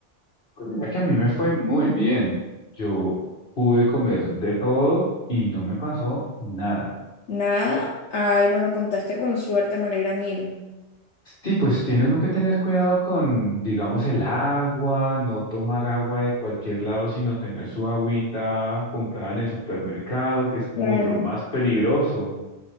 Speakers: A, on the left; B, on the left.
A: Pues mira que a mí me fue muy bien. Yo pude comer de todo y no me pasó nada.
B: Nada. Ay, bueno, contaste con suerte, me alegra mil.
A: Sí, pues tiene uno que tener cuidado con, digamos, el agua, no tomar agua de cualquier lado, sino tener su agüita comprada en el supermercado, que es como
B: Claro.
A: lo más peligroso.